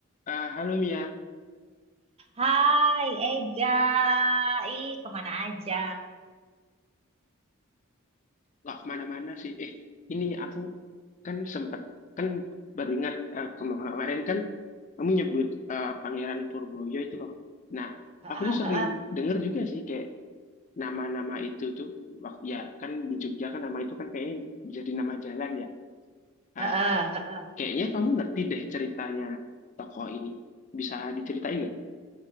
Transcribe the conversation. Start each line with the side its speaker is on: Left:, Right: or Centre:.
Left: Eh, halo Mia,
Right: Hai Ega, ih kemana aja?
Left: nggak kemana-mana sih. Eh, ini aku kan sempat kan baru ingat eh, kemarin kan kamu nyebut eh, Pangeran Purboyo itu loh. Nah,
Right: Heeh,
Left: aku tuh
Right: heeh,
Left: sering denger juga sih kayak nama-nama itu tuh waktu ya kan di Jogja kan nama itu kan kayaknya jadi nama jalan ya.
Right: heeh,
Left: Ah,
Right: heeh.
Left: kayaknya kamu ngerti deh ceritanya tokoh ini. Bisa diceritain nggak?